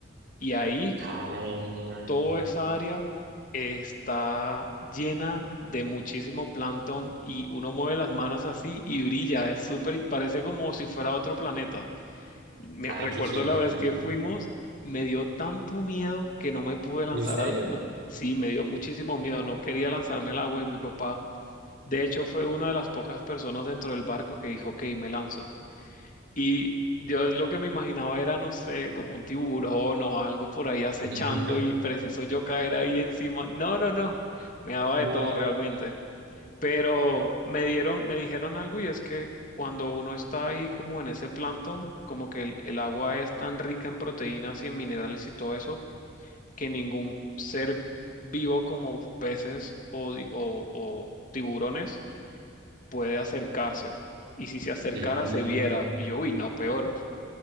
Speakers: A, on the left; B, on the right.
A: y ahí
B: Ah,
A: toda esa área está llena de muchísimo plancton y uno mueve las manos así y brilla, es súper, parece como si fuera otro planeta. Me
B: ah,
A: recuerdo
B: qué genial.
A: la vez que fuimos, me dio tanto miedo que no me pude lanzar
B: ¿En serio?
A: al, no, sí, me dio muchísimo miedo, no quería lanzarme al agua y mi papá, de hecho, fue una de las pocas personas dentro del barco que dijo, ok, me lanzo. Y yo lo que me imaginaba era, no sé, como un tiburón o algo por ahí acechando
B: <laughs>
A: y preciso yo caer ahí encima. No, no, no. Me daba
B: No.
A: de todo realmente. Pero me dieron, me dijeron algo y es que cuando uno está ahí como en ese plancton, como que el, el agua es tan rica en proteínas y en minerales y todo eso, que ningún ser vivo como peces o, di- o o tiburones puede acercarse. Y si se acercara,
B: Mm,
A: se viera. Y yo, uy, no, peor.